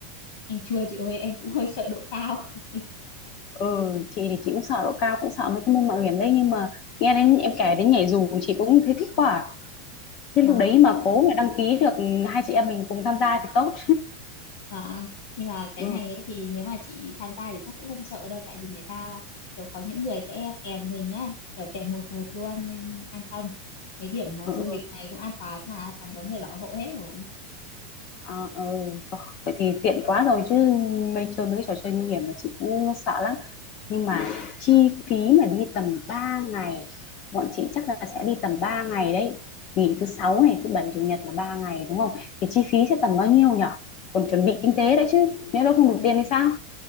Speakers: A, on the left; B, on the left.
A: em chua chị ơi, em cũng hơi sợ độ cao. <laughs>
B: Ừ, chị thì chị cũng sợ độ cao, cũng sợ mấy cái môn mạo hiểm đấy. Nhưng mà nghe đến em kể đến nhảy dù chị cũng thấy thích quá à. Thế lúc
A: Vâng.
B: đấy mà cố mà đăng ký được hai chị em mình cùng tham gia thì tốt.
A: À, nhưng mà cái
B: Ừ.
A: này ấy, thì nếu mà chị tham gia thì chắc cũng không sợ đâu tại vì người ta kiểu có những người sẽ kèm mình á kiểu kèm một một luôn nên an tâm mấy điểm ờ,
B: Ừ,
A: du
B: ừ,
A: lịch này cũng an toàn là toàn có người bảo hộ hết rồi
B: à, ừ. Ờ, Vậy thì tiện quá rồi chứ mấy chơi mấy trò chơi nguy hiểm là chị cũng sợ lắm. Nhưng mà chi phí mà đi tầm 3 ngày, bọn chị chắc là sẽ đi tầm 3 ngày đấy. Nghỉ thứ sáu này, thứ bảy chủ nhật là 3 ngày đúng không? Thì chi phí sẽ tầm bao nhiêu nhở? Còn chuẩn bị kinh tế đấy chứ. Nếu đâu không
A: Dạ,
B: đủ tiền thì sao?